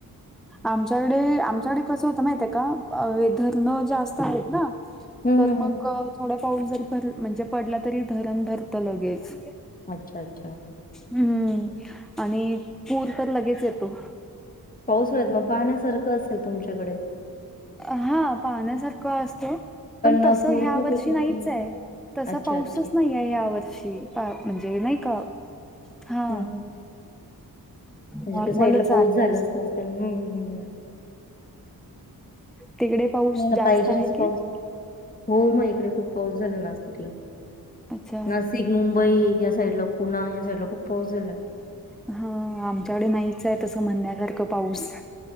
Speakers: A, in the centre; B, on the left.
A: आमच्याकडे आमच्याकडे कसं होतं माहित आहे का अह धरणं जास्त आहेत ना
B: हं,
A: तर
B: हं, हं,
A: मग
B: हं.
A: थोडा पाऊस जरी भर म्हणजे पडला तरी धरण भरतं लगेच
B: अच्छा अच्छा.
A: हम्म आणि पूर तर लगेच येतो.
B: पाऊस होेत मग पाहण्यासारखं असेल तुमच्याकडे.
A: हा पाहण्यासारखं असतो पण
B: अ,
A: तसं
B: पूर
A: ह्या
B: खूप
A: वर्षी
B: येतो म्हणून
A: नाहीच आहे. तसा
B: अच्छा,
A: पाऊसच
B: अच्छा.
A: नाहीये या वर्षी म्हणजे नाही का. हा.
B: हं, हं. म्हणजे
A: नॉर्मलच
B: त्या साईडला पाऊस
A: आहे.
B: झालाच नसेल. हं, हं, हं, हं.
A: तिकडे पाऊस
B: नाही ना
A: जास्त
B: पाहिजेनाच
A: आहे की
B: पाऊस हो मग इकडे खूप पाऊस झाला नाशिकला.
A: अच्छा
B: नाशिक मुंबई या साईड ला पुणा या साईड ला खूप पाऊस झाल
A: हा आमच्याकडे नाहीच आहे तसं म्हणण्यासारखं पाऊस